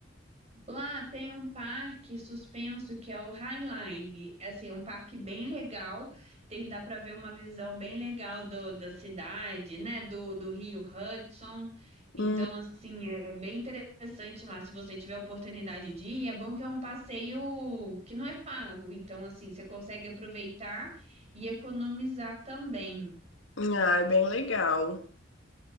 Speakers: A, on the right; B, on the left.
A: Lá tem um parque suspenso que é o Highline. É assim, um parque bem legal. Tem, dá para ver uma visão bem legal do- da cidade, né? Do, do Rio Hudson. Então,
B: Hum,
A: assim, é bem interessante lá. Se você tiver oportunidade de ir, é bom que é um passeio que não é pago. Então, assim, você consegue aproveitar e economizar também.
B: ah, é bem legal.